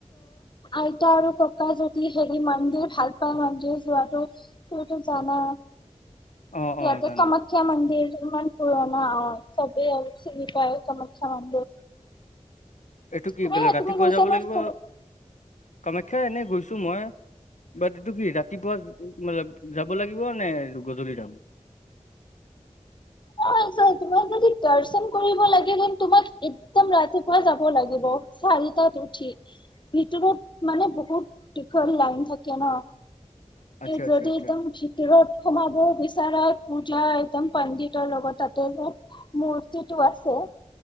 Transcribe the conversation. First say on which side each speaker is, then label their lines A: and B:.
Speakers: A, on the left (about 40°); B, on the left (about 70°).
A: আইতা আৰু ককা যদি হেৰি মন্দিৰ ভাল পাই মন্দিৰ যোৱাতটো তুমিতো জানা
B: অ
A: ইয়াতে
B: অ জানো
A: কামাখ্যা মন্দিৰটো ইমান পুৰণা অ চবেই চি বি পায় মুখ্য মন্দিৰ
B: এইটো কি
A: তুমি
B: বেলা ৰাতিপুৱা
A: তুমি গৈছা
B: যাব
A: নে
B: লাগিব
A: কামাখ্যা
B: কামাখ্যা এনেই গৈছো মই বাট এইটো কি ৰাতিপুৱা যাব লাগিব নে গধূলি যাম
A: অ তোমাক যদি দৰ্শন কৰিব লাগে হন তোমাক যদি দৰ্শন কৰিবএকদম ৰাতিপুৱা যাব লাগিব চাৰিটাত উঠি ভিতৰত মানে বহুত দীঘল লাইন থাকে ন
B: আচ্ছা
A: যদি
B: আচ্ছা আচ্ছা
A: একদম ভিতৰত সোমাব বিচাৰ পূজা একদম পণ্ডিত ৰ লগত তাতে এটা মূৰ্তিটো আছে